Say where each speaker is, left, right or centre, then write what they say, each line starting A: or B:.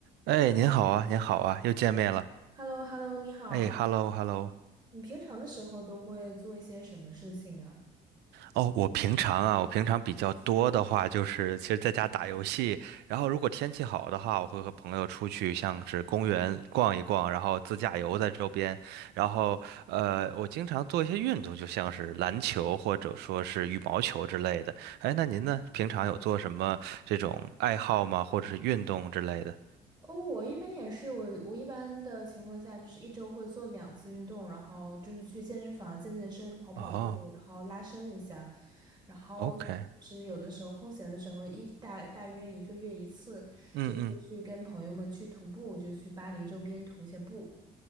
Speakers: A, on the right; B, on the right.
A: 哎，您好啊，您好啊，又见面了。
B: h e l l o h e l l o 你好。
A: 哎，hello hello。
B: 你平常的时候都会做一些什么事情啊？
A: 哦，我平常啊，我平常比较多的话就是，其实在家打游戏，然后如果天气好的话，我会和朋友出去，像是公园逛一逛，然后自驾游在周边，然后呃，我经常做一些运动，就像是篮球或者说是羽毛球之类的。哎，那您呢？平常有做什么这种爱好吗？或者是运动之类的？
B: 哦，我一般也是，我我一般的情况下就是一周会做两次运动，然后就是去健身房健健身、跑跑步，
A: 哦
B: 然后拉伸一下，然后就是有的时候空闲的时候一大大约一个月一次，
A: ，OK，嗯嗯。
B: 就会去跟朋友们去徒步，就去巴黎周边徒一些步。